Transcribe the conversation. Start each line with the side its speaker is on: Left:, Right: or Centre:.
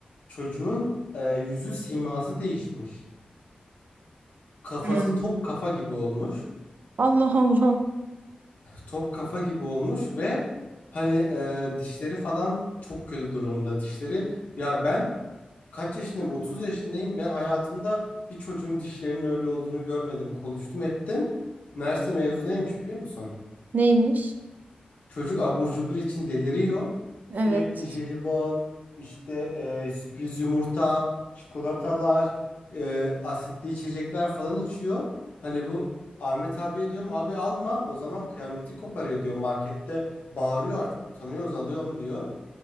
Left: Çocuğun e, yüzü siması değişmiş. Kafası
Right: Hmm.
Left: top kafa gibi olmuş.
Right: Allah Allah.
Left: Top kafa gibi olmuş ve hani e, dişleri falan çok kötü durumda. Dişleri ya ben Kaç yaşındayım? 30 yaşındayım. Ben hayatımda bir çocuğun dişlerinin öyle olduğunu görmedim. Konuştum ettim. Meğerse mevzu neymiş biliyor musun?
Right: Neymiş?
Left: Çocuk abur cubur için deliriyor. Sürekli
Right: Evet.
Left: jelibon, işte e, sürpriz yumurta, çikolatalar, e, asitli içecekler falan içiyor. Hani bu Ahmet abiye diyorum abi alma o zaman kıyameti koparıyor diyor markette bağırıyor artık utanıyoruz alıyorum diyor.